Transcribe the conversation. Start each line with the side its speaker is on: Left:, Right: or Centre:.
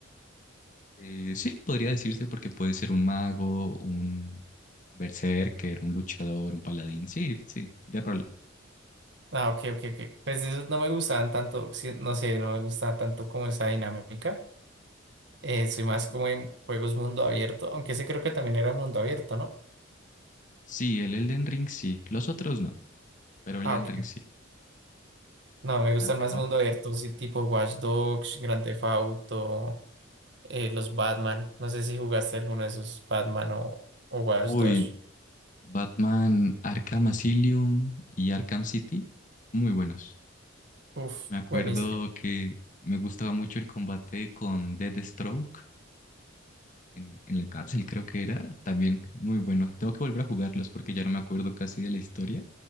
Left: Eh, sí, podría decirse porque puede ser un mago, un berserker, un luchador, un paladín. Sí, sí, de rol.
Right: Ah, ok, ok, ok. Pues esos no me gustaban tanto, sí, no sé, no me gustaba tanto como esa dinámica. Eh, soy más como en juegos mundo abierto, aunque ese creo que también era mundo abierto, ¿no?
Left: Sí, el Elden Ring sí. Los otros no, pero el
Right: Ah,
Left: Elden
Right: ok.
Left: Ring sí.
Right: No, me gustan
Left: Ah, ok.
Right: más
Left: Ah.
Right: mundo abierto, sí, tipo Watch Dogs, Grand Theft Auto, eh, los Batman. No sé si jugaste alguno de esos Batman o, o Watch
Left: Uy,
Right: Dogs.
Left: Batman Arkham Asylum y Arkham City, muy buenos.
Right: Uf,
Left: Me acuerdo
Right: buenísimo.
Left: que me gustaba mucho el combate con Deathstroke en, en la cárcel, creo que era, también muy bueno. Tengo que volver a jugarlos porque ya no me acuerdo casi de la historia,